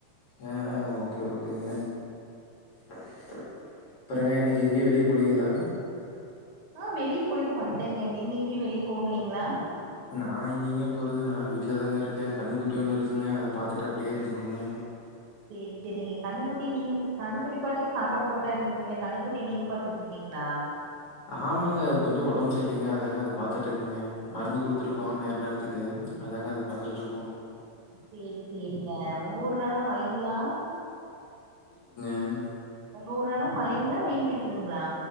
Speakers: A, on the left; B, on the right.
A: ஆ ஆ ஓகே ஓகேங்க அப்பறங்க இன்னைக்கு எங்கயு வெளில போலிங்ளா
B: ஆ வெளிய போயிட்டு வன்ட்டங்க நீங்க எங்கயு வெளிய போகலிங்ளா
A: நா எங்கிங்க போறது நா வீட்லதாங்க இருக்கே கன்னுக்குட்டி ஒண்ணு இருக்குங்க அத பாத்துட்டு அப்பிடியே இருந்துக்குவங்க
B: சேர் சேரிங்க கண்ணுகுட்டிய நீங்க கண்ணுக்குட்டி பாட்டுக்கு சாப்பாடு போட்டா இருந்துக்குங்ளே கண்ணுக்குட்டிய நீங்க பாத்துட்ருக்கிங்ளா
A: ஆமாங்க கொஞ்ச ஒடம்பு செர்ல்லிங்க அதாங்க அத பாத்துட்ருக்குங்க மருந்து குடுத்துருக்கோ நேர நேரத்துக்கு அதாங்க அத பாத்துட்ருக்கோ
B: சேரி சேரிங்க உங்க ஊர்ல எல்லா மழைங்ளா
A: என்
B: உங்க ஊர்ல எல்லா மழைங்ளா வெயில் அடிக்குதுங்ளா